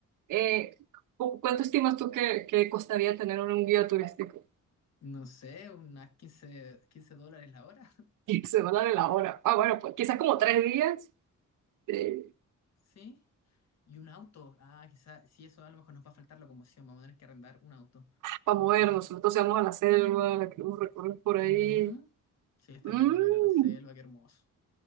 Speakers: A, on the right; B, on the left.
A: eh, ¿cu- ¿cuánto estimas tú que, que costaría tener un guía turístico?
B: no sé, unas quince quince dólares la hora.
A: <laughs> se va a dar la hora. Ah, bueno, pues quizás como tres días. eh,
B: Sí. Y un auto. Ah, quizás, sí, eso a lo mejor nos va a faltar locomoción. Vamos a tener que arrendar un auto.
A: para movernos.
B: Ah,
A: Nosotros íbamos a la selva, la queremos recorrer por ahí.
B: ujú. Sí, estaría
A: Mm,
B: bueno ir a la selva, qué hermoso.